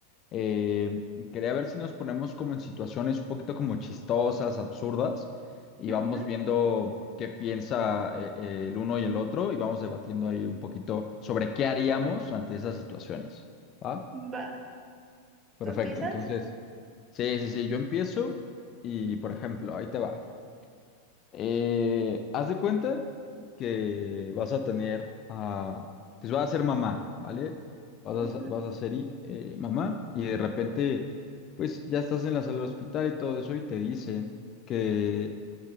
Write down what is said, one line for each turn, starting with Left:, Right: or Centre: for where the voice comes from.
Left: Eh, quería ver si nos ponemos como en situaciones un poquito como chistosas, absurdas y
Right: Ujú,
Left: vamos viendo qué piensa eh, eh, el uno y el otro y vamos debatiendo ahí un poquito sobre qué haríamos ante esas situaciones. ¿Va?
Right: Va,
Left: Perfecto,
Right: ¿tú empiezas?
Left: entonces... Sí, sí, sí, yo empiezo y, por ejemplo, ahí te va. Eh, haz de cuenta que vas a tener a, pues vas a ser mamá, ¿vale? Vas
Right: Ujú.
Left: a, vas a ser i- eh, mamá y de repente, pues ya estás en la sala del hospital y todo eso y te dicen que